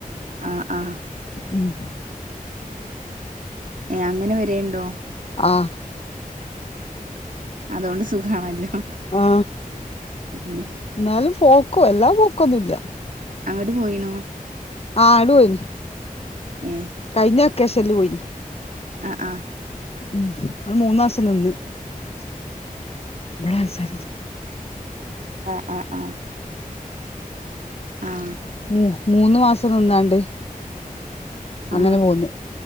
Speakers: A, on the right; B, on the left.
A: ആ ആ
B: ഉം
A: അ അങ്ങനെ വരല്ണ്ടോ
B: അ
A: അതോണ്ട് സുഖാണല്ലോ
B: ആ
A: ഉം
B: എന്നാലും പോക്കും എല്ലാം പോക്കൊന്നുമല്ല.
A: അങ്ങോട്ട് പോയിനോ?
B: ആ അടു <unintelligible>
A: ഏ
B: കൈയിഞ്ഞ വെക്കേഷനിൽ പോയിന്.
A: ആഹ ആഹ
B: <unintelligible> മൂന്ന മാസം നിന്ന്. <unintelligible>
A: ആഹ് ആഹ ആഹ ആഹ
B: മ മൂന്ന മാസം നിന്നാണ്ട്
A: ആഹ്
B: അങ്ങനെ പോന്നു.